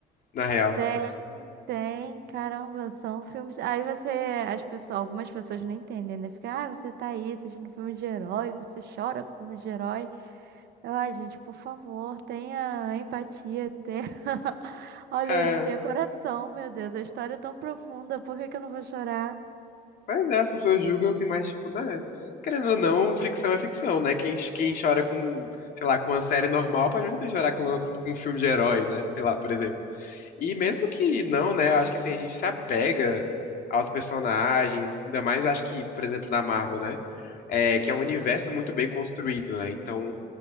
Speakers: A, on the left; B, on the right.
A: Na real.
B: Tem, tem. Caramba, são filmes. Aí você. As pessoas, algumas pessoas não entendem, né? Fica, ah, você tá aí assistindo filme de herói, você chora com filme de herói. Eu, ai, gente, por favor, tenha empatia, tenha. <laughs> Olha
A: É.
B: aí, tenha coração, meu Deus. A história é tão profunda, por que que eu não vou chorar?
A: mas é, as pessoas julgam assim, mas tipo, né? Querendo ou não, ficção é ficção, né? Quem, quem chora com, sei lá, com uma série normal pode muito bem chorar com, uma- com um filme de herói, né? Sei lá, por exemplo. E mesmo que não, né? Eu acho que assim, a gente se apega aos personagens, ainda mais acho que, por exemplo, na Marvel, né? é, que é um universo muito bem construído, né? Então,